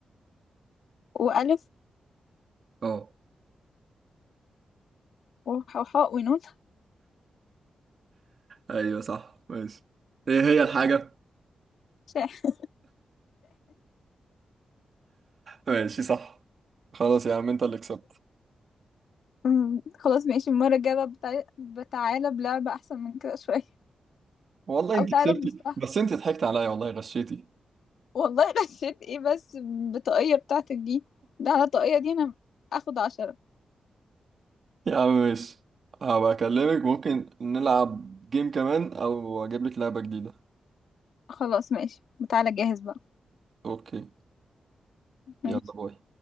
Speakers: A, on the left; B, on the right.
A: وألف
B: اه
A: وح- وحاء ونون
B: ايوه صح ماشي ايه هي الحاجة
A: <laughs> ش-
B: ماشي صح خلاص يا عم انت اللي كسبت
A: أمم، خلاص ماشي المرة الجاية بقى بتع- بتعالى بلعبة أحسن من كده شوية
B: والله انت
A: أو تعالى
B: كسبتي
A: بمصطلح
B: بس انت ضحكت عليا والله غشيتي
A: والله غشيت إيه بس بالطاقية بتاعتك دي ده على الطاقية دي أنا أخد عشرة
B: يا عم ماشي هبقى اكلمك ممكن نلعب جيم كمان او اجيب لك لعبة جديدة
A: خلاص ماشي تعالى جاهز بقى
B: اوكي
A: ماشي
B: يلا باي